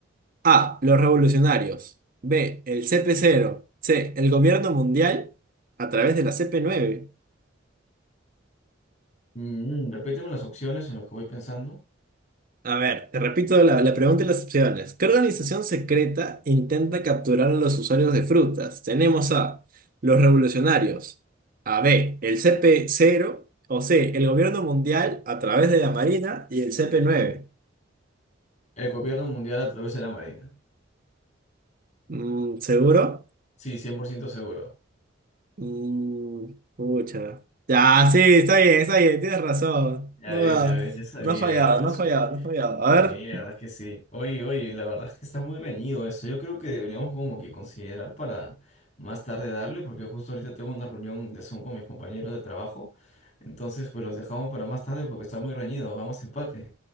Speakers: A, on the right; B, on the left.
A: A, los revolucionarios, B, el cp cero, C, el gobierno mundial a través de la cp nueve.
B: Mm, repíteme las opciones en lo que voy pensando.
A: A ver, te repito la, la pregunta y las opciones. ¿Qué organización secreta intenta capturar a los usuarios de frutas? Tenemos a los revolucionarios, a B, el CP0, o C, el gobierno mundial a través de la Marina y el CP9.
B: El gobierno mundial a través de la Marina.
A: Mm, ¿seguro?
B: Sí, 100% seguro.
A: Mm, pucha. Ya, sí, está bien, está bien, tienes razón.
B: Ya
A: No,
B: ves,
A: ha-
B: ya ves, ya sabía
A: no ha fallado,
B: yo. Yo
A: no
B: soy.
A: ha fallado, no ha fallado. A
B: Sí,
A: ver.
B: la verdad es que sí. Oye, oye, la verdad es que está muy reñido eso. Yo creo que deberíamos como que considerar para más tarde darle, porque justo ahorita tengo una reunión de Zoom con mis compañeros de trabajo. Entonces, pues los dejamos para más tarde porque está muy reñido. Vamos a empate.